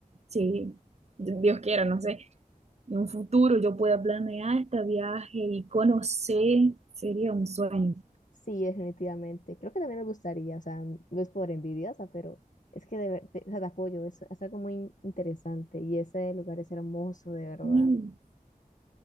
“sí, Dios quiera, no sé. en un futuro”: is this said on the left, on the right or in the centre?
Right